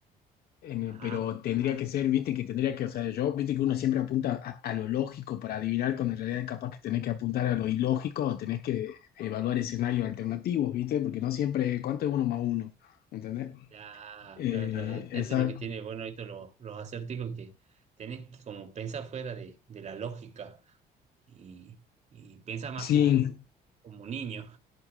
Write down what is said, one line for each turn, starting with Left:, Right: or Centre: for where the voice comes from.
Left: Eh,
Right: Ah,
Left: pero tendría que ser, viste, que tendría que, o sea, yo, viste que uno siempre apunta a, a lo lógico para adivinar, cuando en realidad capaz que tenés que apuntar a lo ilógico o tenés que evaluar escenarios alternativos, viste, porque no siempre, ¿cuánto es uno más uno? ¿Entendés?
Right: claro,
Left: Eh,
Right: claro, claro. Esto
Left: esa,
Right: es lo que tiene, bueno, esto los, los acertijos que tenés que como pensar fuera de, de la lógica y, y pensar más
Left: sí,
Right: como, como niño,